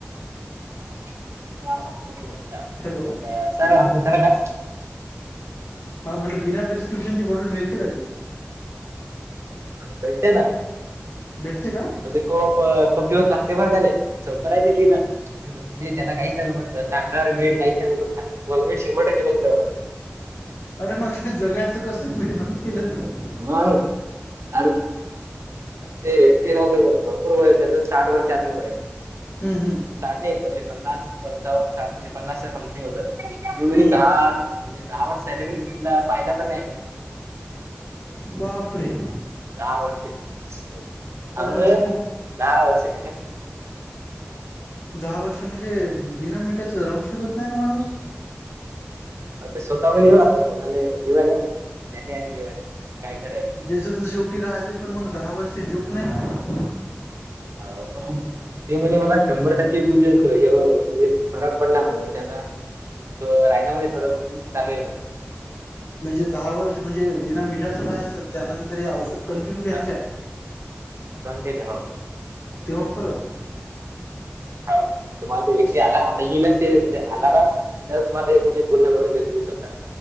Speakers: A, on the right; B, on the left.
A: <unintelligible>
B: हॅलो
A: अं सर आमचे सर का?
B: हां म्हटलं बिना प्रिस्क्रप्शनची बॉटल मिळते का ती?
A: भेटते ना.
B: भेटते का?
A: पण ते खूप खूप दिवस लागते बरं त्याले सोपं नाही ते ती ना म्हणजे त्याला काही चलं बघ साखर मीठ काही खायच नाही पण मीठ शंभर टक्के बंद करावं लागतं.
B: अरे मग जगायचं कसं मीठ बंद केलं तर.
A: मगं आर ते ते नव्हं तेज भरपूर वय आहे तेज साठ वर्षे असनं वय
B: हम्म हम्म
A: साठ नाही म्हणजे पहिले पन्नास पंचावन्न साठ म्हणजे पन्नास समथिंग होतं ती बोलली
B: हम्म
A: दहा दहा वर्ष त्याले पण भेटला फायदा पण नाही म्हणे
B: बापरे!
A: दहा वर्षे अंग
B: अरे मग तू खूप
A: दहा वर्ष कशाला?
B: दहा वर्ष म्हणजे बिना मिठाचं राहू शकत नाही ना माणूस.
A: अव ते स्वतःहून येऊ राहिलाय आता कोणाला येत देवाले माहिती त्याले आणि देवाले काय खरांय.
B: जस तर शेवटी राहते पण मग दहा वर्ष जोक नाही ना.
A: हो ते म्हणजे मला शंभर टक्के गुण येतोय म्हणजे फरक पडला म्हणे म्हणजे आता राहिला म्हणे थोडं म्हणून चालू आहे म्हणे.
B: म्हणजे दहा वर्ष म्हणजे बिना मिठाचं राहायचं त्यानंतर हे औषध कंटिन्यू घ्यायच्या
A: हा कंटिन्यू हाव
B: तेव्हा फरक.
A: हो तुम्हाला तो व्यक्ती
B: बस
A: आला ना आता येईलच ते म्हणजे आला ना त्या तुम्हाला एक म्हणजे फुल भरुन देतो मी स्वतः